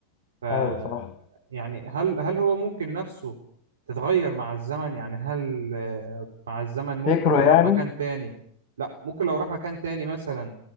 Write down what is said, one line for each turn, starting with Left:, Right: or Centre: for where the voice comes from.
Right: ف
Left: ايوه صح
Right: يعني هل هل هو ممكن نفسه تتغير مع الزمن يعني هل آه، مع الزمن ممكن
Left: فكره
Right: لو
Left: يعني
Right: راح مكان تاني لا ممكن لو راح مكان تاني مثلا